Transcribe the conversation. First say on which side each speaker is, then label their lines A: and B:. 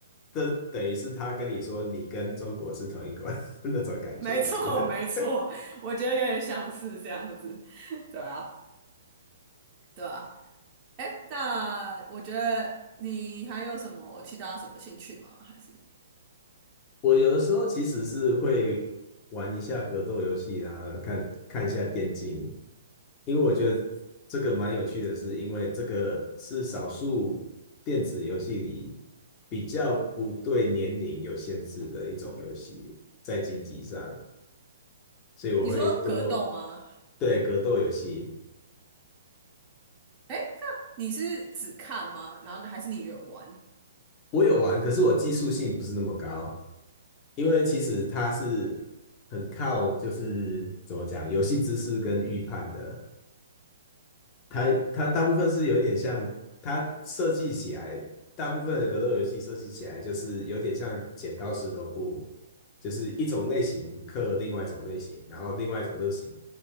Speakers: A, on the left; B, on the right.
A: 这等于是他跟你说，你跟中国是同一国 <laughs> 那种感觉，
B: 没错没错，
A: 我觉得。
B: 我觉得有点像是这样子，<laughs> 对啊对啊。哎，那我觉得你还有什么其他什么兴趣吗？还是
A: 我有的时候其实是会玩一下格斗游戏啊，看看一下电竞，因为我觉得这个蛮有趣的是，因为这个是少数电子游戏里比较不对年龄有限制的一种游戏，在经济上，所以我会多，
B: 你说格斗吗？
A: 对，格斗游戏，
B: 哎，那你是只看吗？然后呢还是你也玩？
A: 我有玩，可是我技术性不是那么高，因为其实它是很靠就是怎么讲，游戏知识跟预判的。它它大部分是有一点像，它设计起来，大部分的格斗游戏设计起来就是有点像剪刀石头布，就是一种类型克另外一种类型，然后另外一种类型